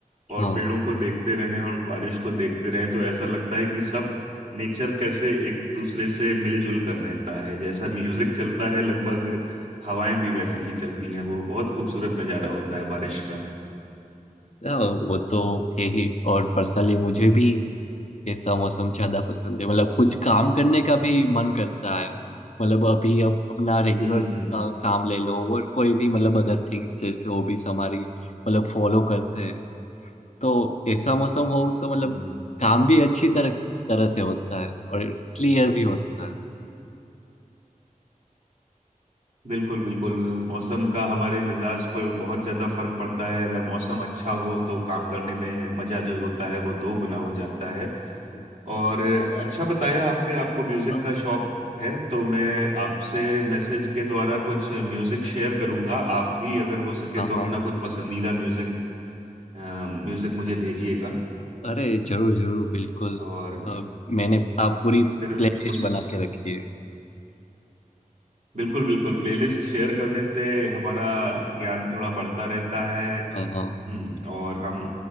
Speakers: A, on the right (about 65°); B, on the left (about 55°).
A: और
B: हाँ
A: पेड़ों को देखते रहें और बारिश को देखते रहें तो ऐसा लगता है कि सब नेचर कैसे एक दूसरे से मिलजुल कर रहता है जैसा म्यूजिक चलता है लगभग हवाएं भी वैसी ही चलती हैं वो बहुत खूबसूरत नज़ारा होता है बारिश का
B: हाँ, वो तो है ही और पर्सनली मुझे भी ऐसा मौसम ज्यादा पसंद है मतलब कुछ काम करने का भी मन करता है मतलब अभी अब अपना रेगुलर
A: हम्म हम्म
B: काम ले लो और कोई भी मतलब अदर थिंग्स जैसे हॉबीज हमारी मतलब फॉलो करते हैं तो ऐसा मौसम हो तो मतलब
A: हम्म हम्म।
B: काम भी अच्छी तरह तरह से होता है और क्लियर भी होता है
A: बिल्कुल बिल्कुल मौसम का हमारे मिजाज पर बहुत ज्यादा फर्क पड़ता
B: हम्म,
A: है अगर मौसम अच्छा हो तो काम करने में मजा जो होता है वो दो गुना हो जाता है
B: हम्म।
A: और अच्छा बताया आपने आपको म्यूजिक
B: हाँ
A: का शौक है तो मैं आपसे मैसेज के द्वारा कुछ म्यूजिक शेयर करूंगा आप भी अगर हो सके
B: हाँ
A: तो
B: हाँ।
A: अपना कुछ पसंदीदा म्यूजिक अ, म्यूजिक मुझे भेजिएगा
B: अरे जरूर जरूर बिल्कुल
A: और
B: अ, मैंने आप पूरी
A: फिर
B: प्लेलिस्ट
A: उस
B: बना के रखी है
A: बिल्कुल बिल्कुल प्लेलिस्ट शेयर करने से हमारा ज्ञान थोड़ा बढ़ता रहता है
B: हाँ हाँ।
A: हम्म और हम